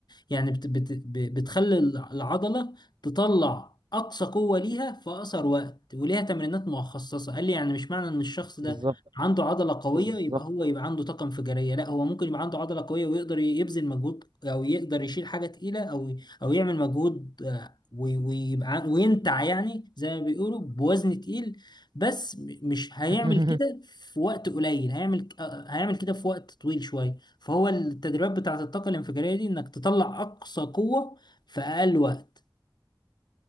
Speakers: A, on the left; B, on the right.
A: يعني بت بت ب- بتخلي الع- العضله تطلع اقصى قوه ليها في اقصر وقت وليها تمرينات مخصصه قال لي يعني مش معنى ان الشخص ده
B: بالظبط
A: عنده عضله قويه
B: بالظبط
A: يبقى هو يبقى عنده طاقه انفجاريه لا هو ممكن يبقى عنده عضله قويه ويقدر يبذل مجهود او يقدر يشيل حاجه تقيله او او يعمل مجهود آه، وي- ويبقى عن- وينتع يعني زي ما بيقولوا بوزن تقيل بس م- مش هيعمل
B: <laughs>
A: كده في وقت قليل هيعمل آه، هيعمل كده في وقت طويل شوية فهو التدريبات بتاعة الطاقة الانفجارية دي انك تطلع اقصى قوة في اقل وقت